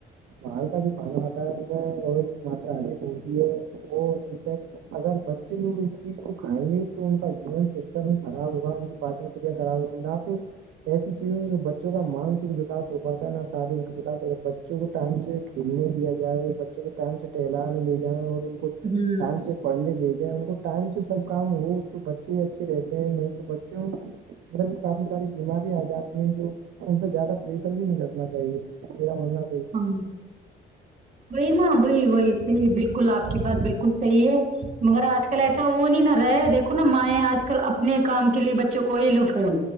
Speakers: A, on the right; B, on the right.
A: باہر کا جو کھانا آتا ہے ان میں اور مرا آدک ہوتی ہے وہ ان اگر بچے لوگ اس چیز کو کھائیں گے تو ان کا ایمیون سسٹم خراب ہوگا ان پاچن کیریا خراب ہوتی نہ صرف ایسی چیزوں سے بچوں کا مانسک وکا ہو پاتا ہے نہ شارییرک وکا ہو بچوں کو ٹائم سے کھیلنے دیا جائے بچوں کو ٹائم سے ٹہلانے لے جائیں اور ان کو
B: ہ
A: ٹائم سے پڑھنے بھیجیں ان کو ٹائم سے سب کام ہو تو بچے اچھے رہتے ہیں نہیں تو بچوں کو مطلب کافی ساری بیماریاں آ جاتی ہیں جو ان پہ زیادہ پریشر بھی نہیں رکھنا چاہیے میرا مننا
B: ہاں وہی نا وہی وہی صحیح بالکل آپ کی بات بالکل صحیح ہے مگر آج کل ایسا ہو نہیں نہ رہا دیکھو نا مائیں آج کل اب اپنے کام کے لیے بچوں کو یہ لو فون